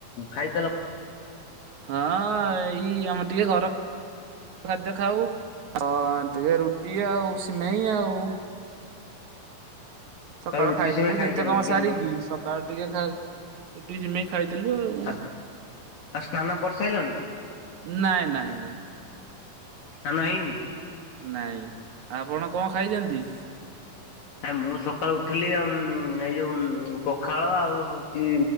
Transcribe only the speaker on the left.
ଖାଇ
ରୁଟି
ସିମେଇ ଖାଇସାରିଲଣି
କି
ଆଉ ସ୍ନାନ କରିସାରିଲଣି?
ସ୍ନାନ ହେଇନି?
ଆ ମୁଁ ସକାଳୁ ଉଠିଲି ଆଉ ଏଇ ଯୋଉ ପଖାଳ ଆଉ ହଉଛି